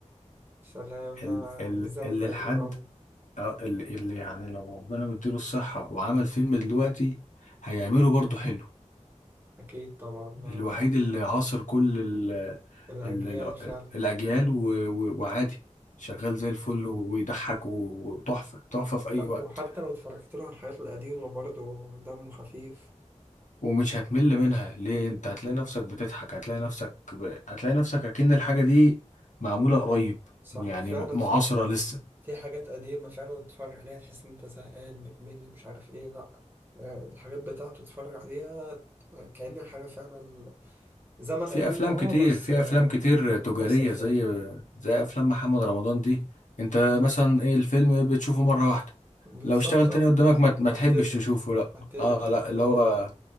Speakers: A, on the right (about 15°); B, on the left (about 75°).
A: سلام
B: ال-
A: ده
B: ال-
A: الزمن
B: اللي
A: القديم
B: لحد
A: اوي
B: آه، ال- اللي يعني لو ربنا مديله الصحه وعمل فيلم دلوقتي هيعمله برضو حلو
A: اكيد طبعا آه،
B: الوحيد اللي عاصر كل ال
A: الاجيال
B: ال ال
A: فعلا
B: الاجيال و- و- وعادي شغال زي الفل ويضحك وتحفه تحفه في اي
A: لا
B: وقت
A: وحتى لو اتفرجت له على الحاجات القديمة برضه دمه خفيف
B: ومش هتمل منها ليه انت هتلاقي نفسك بتضحك هتلاقي نفسك ب... هتلاقي نفسك اكن الحاجة دي معمولة قريب
A: صح
B: يعني
A: فعلا
B: م- معاصرة
A: في
B: لسه
A: في حاجات قديمة فعلا تتفرج عليها تحس إن أنت زهقان بتمل مش عارف إيه لأ آه، الحاجات بتاعته تتفرج عليها كأن الحاجة فعلا زمن
B: في
A: قديم
B: افلام
A: أه
B: كتير
A: بس
B: في
A: آه،
B: افلام كتير تجارية
A: نفس الفكرة
B: زي زي افلام محمد رمضان دي انت مثلا ايه الفيلم بتشوفه مرة واحدة
A: بالظبط
B: لو اشتغل تاني
A: أه
B: قدامك ما, ت- ما
A: هتزهق
B: تحبش تشوفه لا
A: هتزهق
B: اه لا
A: هتمل
B: اللي هو